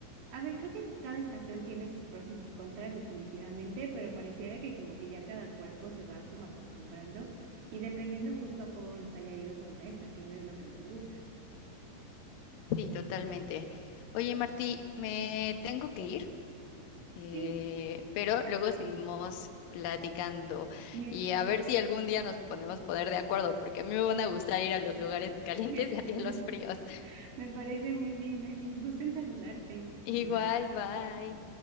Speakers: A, on the right; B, on the left.
A: a ver, creo que cada estación tiene sus pros y sus contras definitivamente, pero pareciera que como que ya cada cuerpo se va como acostumbrando y dependiendo justo a cómo nos haya ido con cada estación es lo que nos gusta.
B: Sí, totalmente. Oye, Martí, me tengo que ir, eh,
A: Sí,
B: pero luego seguimos platicando
A: me
B: y
A: parece.
B: a ver si algún día nos ponemos poner de acuerdo, porque a mí me van a gustar ir a los lugares <laughs> calientes
A: <laughs>
B: y a ti a los fríos. <laughs>
A: Me parece muy bien, Alice. Gusto en saludarte.
B: Igual,
A: Bye.
B: bye.